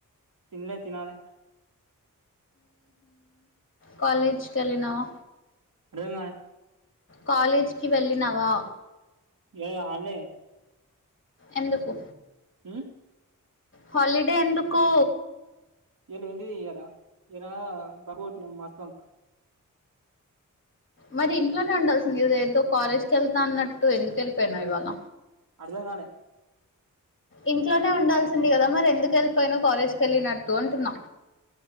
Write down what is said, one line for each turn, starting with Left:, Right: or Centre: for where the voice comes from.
Right: తినాలే తినాలి
Left: కాలేజీకి వెళ్ళినవా
Right: అర్థంకాలే
Left: కాలేజీకి వెళ్ళినవా
Right: ఇవాళ హాలిడే
Left: ఎందుకు
Right: ఆ
Left: హాలిడే ఎందుకు
Right: ఇల్ ఎంటో ఇవాళ ఇవాళా బంక్ కొట్టిన మాస్ బంక్
Left: మరి ఇంట్లోనే ఉండాల్సింది ఏదో కాలేజీకి వెళుతున్నట్టు ఎందుకు వెళ్ళిపోయినావు ఇవాళ
Right: అర్థంకాలే
Left: ఇంట్లోనే ఉండాల్సింది కదా మరి ఎందుకు వెళ్ళిపోయినావు కాలేజీకి వెళ్ళినట్టు అంటున్న